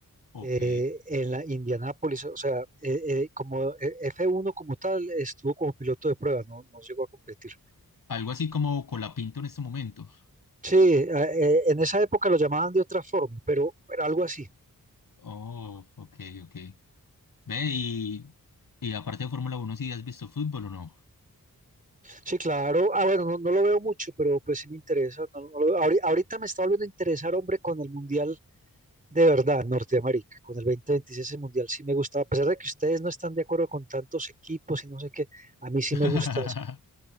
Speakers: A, on the left; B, on the right.
A: Ok.
B: eh, en la Indianápolis, o sea, eh, eh, como eh, f uno como tal, estuvo como piloto de prueba, no, no llegó a competir.
A: Algo así como Colapinto en este momento.
B: Sí, a- eh, en esa época lo llamaban de otra forma, pero, pero algo así.
A: Oh, ok, ok. Ve, y, y aparte de Fórmula Uno, si has visto fútbol o no?
B: Sí, claro. Ah, bueno, no, no lo veo mucho, pero pues sí me interesa. no- no lo veo. Ahori- Ahorita, me está volviendo a interesar, hombre, con el Mundial de verdad, Norteamérica, con el 2026 el Mundial sí me gustaba, a pesar de que ustedes no están de acuerdo con tantos equipos y no sé qué, a mí sí
A: <laughs>
B: me gusta ese Mundial.